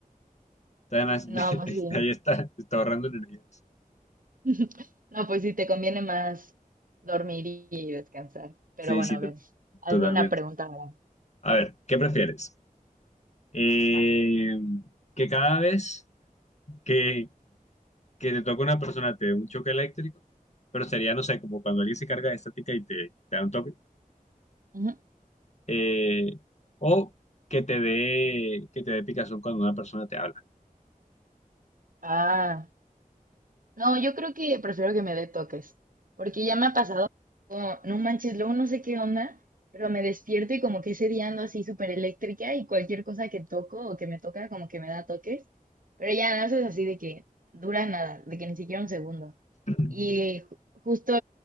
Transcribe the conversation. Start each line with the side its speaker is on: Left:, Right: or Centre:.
Left: Entonces,
Right: No, pues sí.
Left: <laughs> ahí está, está ahorrando energía.
Right: <laughs> No, pues sí, te conviene más dormir y descansar. Pero
Left: Sí,
Right: bueno,
Left: sí,
Right: a
Left: to-
Right: ver, hazme
Left: totalmente.
Right: una pregunta ahora.
Left: A ver, ¿qué prefieres? Eh, que cada vez que, que te toca una persona te dé un choque eléctrico, pero sería, no sé, como cuando alguien se carga de estática y te, te da un toque,
Right: Ujú.
Left: eh, o que te dé, que te dé picazón cuando una persona te habla.
Right: Ah, no, yo creo que prefiero que me dé toques, porque ya me ha pasado, como, no manches, luego no sé qué onda, pero me despierto y como que ese día ando así súper eléctrica y cualquier cosa que toco o que me toca como que me da toques, pero ya no haces así de que dura nada, de que ni siquiera un segundo.
Left: <laughs>
Right: Y ju- justo,